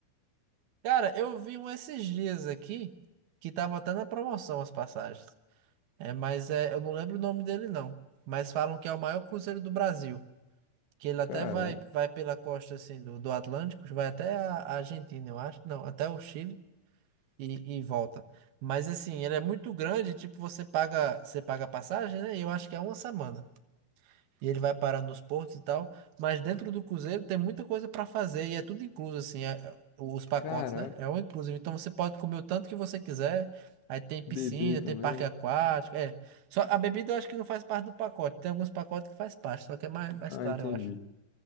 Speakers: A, on the right; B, on the left.
A: Cara, eu vi um esses dias aqui que tava até na promoção as passagens. É, mas é, eu não lembro o nome dele não, mas falam que é o maior cruzeiro do Brasil, que ele até
B: Caraca,
A: vai vai pela costa assim do, do Atlântico, vai até a a Argentina, eu acho. Não, até o Chile. e, e volta. Mas assim, ele é muito grande, tipo, você paga, você paga a passagem, né? E eu acho que é uma semana. E ele vai parar nos portos e tal, mas dentro do cruzeiro tem muita coisa para fazer e é tudo incluso assim, é- é- os pacotes,
B: caraca,
A: né? É um inclusive. Então você pode comer o tanto que você quiser. Aí tem piscina,
B: bebê também.
A: tem parque aquático, é. Só a bebida eu acho que não faz parte do pacote. Tem alguns pacotes que faz parte, só que é mais, mais
B: Ah,
A: caro,
B: entendi.
A: eu acho.